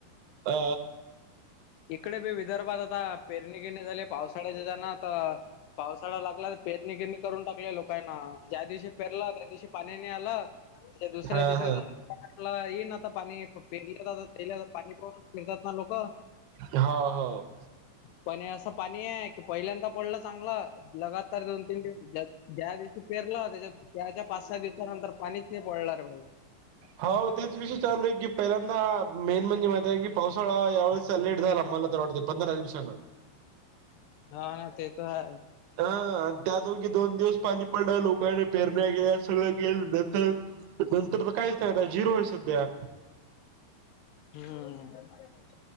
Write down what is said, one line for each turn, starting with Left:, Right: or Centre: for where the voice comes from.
Right: आ
Left: इकडे बी विदर्भात आता पेरणी बिरणी झाली. पावसाळा जे ज्यानं आता पावसाळा लागला पेरणी बीरणी करून टाकली लोकांना, ज्या दिवशी पेरलं त्यादिवशी पाणी नाही आलं ते दुसऱ्या
Right: हा
Left: तिसऱ्यानी
Right: हा.
Left: आपला येईल ना आता पाणी, प पेरणी करायचा, पहिला पाणी पाहूनच पेरतात ना लोकं?
Right: हा, हो
Left: पण हे असं पाणी हाये, की पहिल्यांदा पडलं चांगलं, लगातार दोन तीन ज्या ज्या दिवशी पेरनं, त्याज्या - त्याच्या पाच, सहा दिवसा नंतर पाणीच नाही पडलं रे भाई.
Right: हाव तेच विषय चालू हाय की. पाहिलांदा मेन म्हणजे माहितेय, की पावसाळा यावेळेसचा लेट झाला, मला तर वाटतं पंधरा दिवसानं.
Left: हा, ते तर हाय
Right: हा, त्या दोघी दोन दिवस, पाणी पडल्या लोकांना पेरण्या गेल्या सगळं गेलं, नंतर नंतर तर म, काहीच नाही, अगं झिरो हाय सध्या
Left: हुम्म